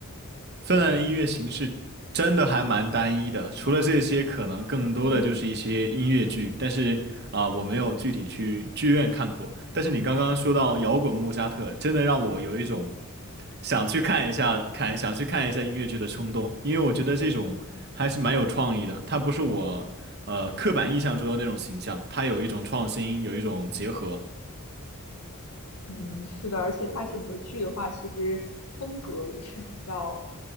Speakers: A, on the right; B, on the left.
A: 芬兰的音乐形式真的还蛮单一的，除了这些，可能更多的就是一些音乐剧，
B: 嗯。
A: 但是啊、我没有具体去剧院看过。但是你刚刚说到摇滚莫扎特，真的让我有一种想去看一下，看想去看一下音乐剧的冲动，因为我觉得这种还是蛮有创意的，它不是我呃刻板印象中的那种形象，它有一种创新，有一种结合。
B: 嗯，是的，而且它整个剧的话，其实风格也是比较，